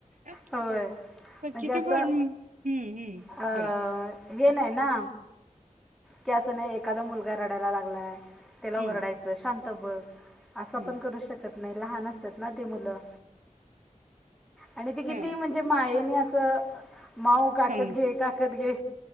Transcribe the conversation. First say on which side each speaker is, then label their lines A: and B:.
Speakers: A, on the right (about 70°); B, in the centre.
A: हा
B: होय म्हणजे
A: ह किती
B: असं
A: फर हम्म हम्म
B: अं,
A: बोला...
B: हे नाही ना......... की असं नाही एखादा मुलगा रडायला लागलाय त्याला
A: हम्म
B: ओरडायचं.... शांत इथ बस.. असं
A: हम्म
B: पण करू शकत... नाही लहानच ते मुलं आणि त किती
A: ह
B: म्हणजे मायेने
A: ह
B: अस माऊ काकत
A: सम
B: घे काकत घे